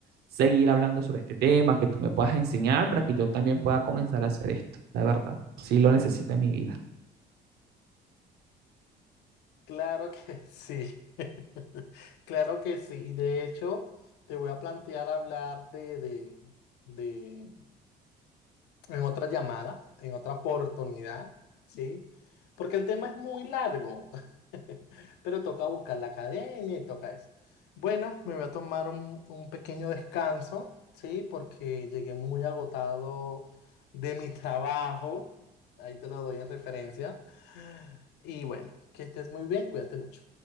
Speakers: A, on the right (about 70°); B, on the left (about 80°).
A: seguir hablando sobre este tema, que tú me puedas enseñar para que yo también pueda comenzar a hacer esto, la verdad. Sí lo necesito en mi vida.
B: Claro que <laughs> sí. <laughs> Claro que sí. Y de hecho, te voy a plantear hablar de, de, de en otra llamada, en otra oportunidad, ¿sí? Porque el tema es muy largo, <laughs> pero toca buscar la academia y toca eso. Bueno, me voy a tomar un, un pequeño descanso, ¿sí? Porque llegué muy agotado de mi trabajo, ahí te lo doy en referencia. Y bueno, que estés muy bien, cuídate mucho.